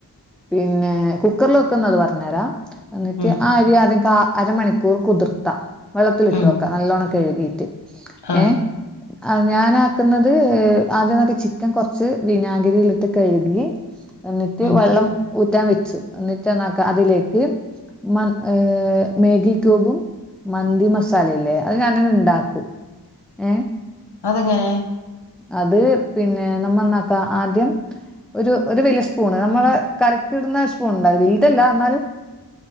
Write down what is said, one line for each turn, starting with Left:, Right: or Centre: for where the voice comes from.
Centre: പിന്നെ കുക്കറിൽ വെക്കുന്നത് പറഞ്ഞരാം എന്നിട്ട്
Left: ഉം
Centre: ആ അരി ആദ്യം കാ അരമണിക്കൂർ കുതിർത്താ വെള്ളത്തിലിട്ട്
Left: ഉം
Centre: വെക്കാ നല്ലോണം കഴുകിയിട്ട്
Left: ആഹ്
Centre: ഏഹ് അത് ഞാനാക്കുന്നത് ആദ്യെന്നൊക്കെ ചിക്കൻ കൊറച്ച് വിനാഗിരിയിലിട്ട് കഴുകി എന്നിട്ട്
Left: ഉം
Centre: വെള്ളം ഊറ്റാൻ വെച്ചു എന്നിട്ടന്നാക്ക അതിലേക്ക് മ ഏഹ് മേഗി ക്യൂബും മന്തി മസാലല്ലേ അത് ഞാനങ്ങ് ഉണ്ടാക്കും ഏഹ്
Left: അതെങ്ങനെ
Centre: അത് പിന്നെ നമ്മ എന്നാക്ക ആദ്യം ഒരു ഒരു വല്യേ സ്പൂണ് നമ്മള് കറിക്കിട്ണ സ്പൂൺ ഉണ്ടാവും വലുതല്ല എന്നാലും